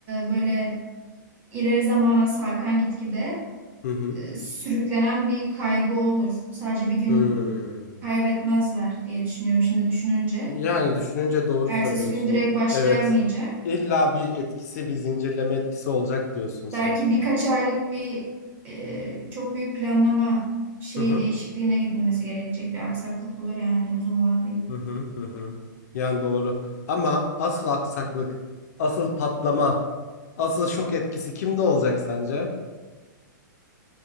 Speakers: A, on the right; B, on the left.
A: böyle ileri zamana sarkan gitgide
B: hı hı
A: e, sürüklenen bir kaybı olur. Sadece bir gün
B: Hmm.
A: kaybetmezler diye düşünüyorum şimdi düşününce.
B: Yani düşününce doğru
A: Ertesi
B: söylüyorsun.
A: gün direkt başlayamayacak.
B: Evet. İlla bir etkisi, bir zincirleme etkisi olacak diyorsun sen.
A: Belki birkaç aylık bir e, çok büyük planlama şeyi
B: Hı hı.
A: değişikliğine gidilmesi gerekecek bir aksaklık olur yani uzun vadeli.
B: Hı hı. Hı hı. Yani doğru. Ama asıl aksaklık, asıl patlama, asıl şok etkisi kimde olacak sence?